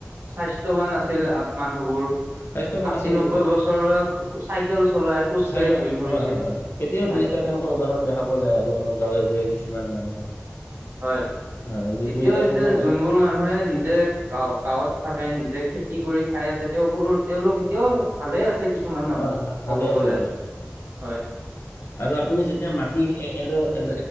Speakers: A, on the right; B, on the left.
A: স্বাস্থ্যয়ৱান আছিল আ মানুহবোৰ।
B: স্বাস্থ্যৱান
A: আশী
B: আছিল
A: নব্বৈ
B: একদম
A: বছৰ ক ক চাইকেল চলাই খোজকাঢ়ি
B: চাইকা
A: ঘুৰি ফুৰিছিল
B: হয় হয় হয় এতিয়াও
A: হয়।
B: দুই এটা তেনেকুৱা উদাহৰণ দেখা পোৱা যায় আমাৰ গাঁৱে ভূঞে কিছুমান মানুহৰ।
A: হয়
B: হয়
A: এতিয়াও
B: দুই এটা পুৰণা
A: যে যোনবোৰ মানুহ। মানুহে নিজে গা গাঁৱত থাকে নিজে খেতি কৰি খাই আছে তেওঁবোৰ তেওঁওলোক এতিয়াও। ভালে আছে কিছুমান মানুহ
B: হয় ভালে
A: ক'ব
B: আছে
A: গলে
B: বাৰু
A: হয়।
B: হয়। আৰু আপুনি যেতিয়া মাটি এড এড